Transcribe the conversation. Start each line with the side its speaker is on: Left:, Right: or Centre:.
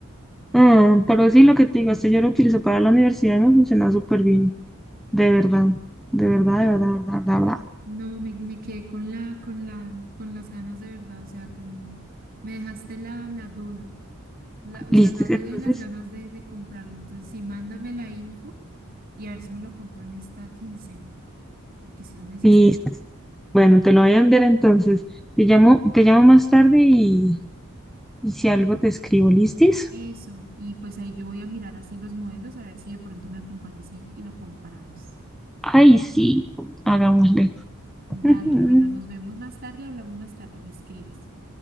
Centre: Ah, pero sí, lo que te digo, este yo lo utilizo para la universidad y me funciona súper bien. De verdad, de verdad, de verdad, de verdad, de verdad.
Right: No, me, me quedé con la, con la, con las ganas de verdad, o sea, como me dejaste la, la duda, la, o
Centre: Listo,
Right: sea, la duda
Centre: entonces,
Right: y las ganas de, de comprarlo. Entonces, sí, mándame la info y a ver si me lo compro en esta quincena, porque sí lo necesito.
Centre: listo. Bueno, te lo voy a enviar entonces. Te llamo, te llamo más tarde y, y si algo te escribo, ¿listis?
Right: Eso, y pues ahí yo voy a mirar así los modelos, a ver si de pronto me acompañas y, y lo comparamos.
Centre: Ay, sí, hagámosle.
Right: Dale,
Centre: <laughs>
Right: bueno, nos vemos más tarde, hablamos más tarde, me escribes.